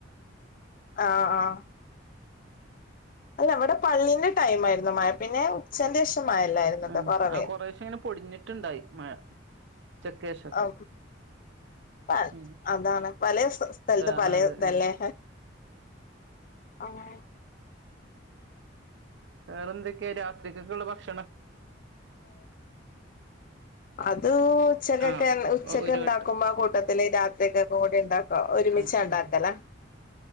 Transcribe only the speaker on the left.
ആഹ ആഹ് ആ അല്ല അവിടെ പള്ളിന്റെ ടൈമായിരുന്നു മഴ പിന്നെ ഉച്ചേന്റെ ശം - മായല്ലായിരുന്നു കേട്ടോ
കൊറവേ
ആ പ
അതാണ് പലേ സ് സ്ഥലത്ത്
പലേ
ഇതല്ലേ
അങ്ങനെ
അത് ഉച്ചക്കൊക്കെ
ഉച്ചക്ക്
ഉണ്ടാക്കുമ്പോ
കൂട്ടത്തി രാത്രിക്കൊക്കെ കൂടി ഉണ്ടാക്ക ഒരുമിച്ച
ഉണ്ടാക്കല